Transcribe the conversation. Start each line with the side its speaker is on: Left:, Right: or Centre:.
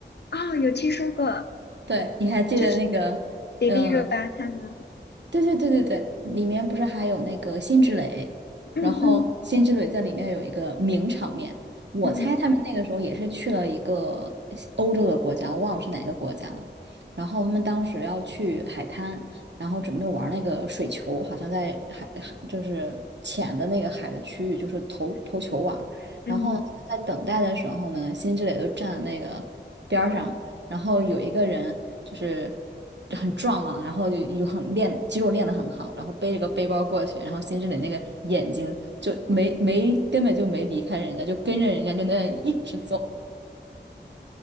Left: 啊，有听说过，
Right: 对，你还记得那个？
Left: 就是迪丽热巴他们，
Right: 嗯？对对对对对，里面不是还有那个辛芷蕾，
Left: 嗯嗯
Right: 然后辛芷蕾在里面有一个名场面，我猜他们那个时候也是去了一个西欧洲的国家，
Left: 嗯
Right: 我忘了是哪个国家了。然后他们当时要去海滩，然后准备玩那个水球，好像在海就是浅的那个海的区域，就是投投球网。
Left: 嗯
Right: 然后呢他们在等待的时候呢，辛芷蕾就站在那个边儿上，然后有一个人就是很壮嘛，然后就有很练肌肉练得很好，然后背着个背包过去，然后辛芷蕾那个眼睛就没没根本就没离开人家，就跟着人家就那样一直走。